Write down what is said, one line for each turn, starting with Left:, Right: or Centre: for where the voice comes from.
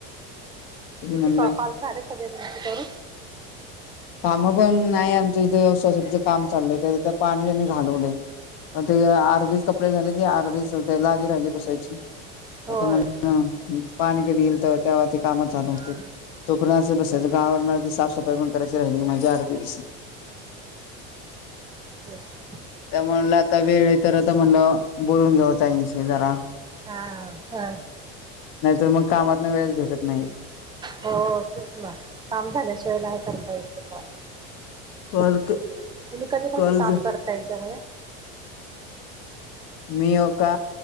Left: म्हणलं
Right: तिथे कपाल झाले. सगळे तुम करून
Left: कामं पण नाही आमच इथे शसाचं काम चाललंय त्या पाणी त्यांनी घालवलंय. मग ते अर्धीच कपडे झाले की अर्धीच त्याला आधी राहिली बसायची
Right: होय
Left: आता म्हण. पाणी कधी येईल तर ते्हा ते काम चालू होतील
Right: हा
Left: तो पण बसचं गावा साफसफाई पण करायची राहिली माझ्या आरती
Right: येस.
Left: त्या म्हणलं आता वेळ तर आता म्हणलं बोलून घेऊता येशी जरा
Right: हा का?
Left: नाहीतर मग कामातन वेळच भेटत नाहीेत.
Right: हो तेच ना काम झाल्याशिवाय नाही सारता य ते कॉण
Left: कॉल
Right: तुम्ही कधीपासून
Left: कॉल
Right: काम करता याच्यामध्ये
Left: मी हो का